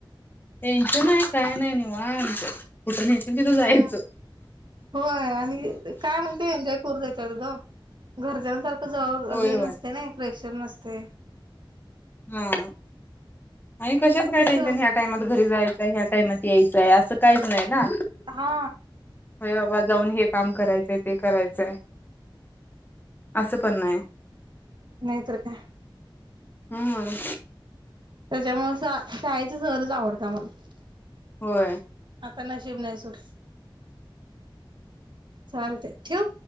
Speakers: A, on the left; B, on the right.
A: टेन्शन नाही काय नाही निवांत. कुठं नेतील तिथं जायचं
B: हा होय आणि काय म्हणते एन्जॉय करू देतात ग घरच्यांसारखं जव
A: होय
B: हे
A: होय
B: नसते ना फ्रेश. नसतंय.
A: हा आणि कशाच काय
B: तिस
A: टेन्शन ह्या टाइमात घरी जायच. ह्या टाईमात यायचंय असं काहीच नाही ना.
B: हा.
A: होय बाबा जाऊन हे काम करायचंय ते करायचंय, असं पण नाही.
B: नाही तर काय.
A: हम्म.
B: त्याच्यामुळे शाळेचा सहलच आवडत्या मला.
A: होय.
B: आता नशिब नाही सोड. चालतंय ठेवु?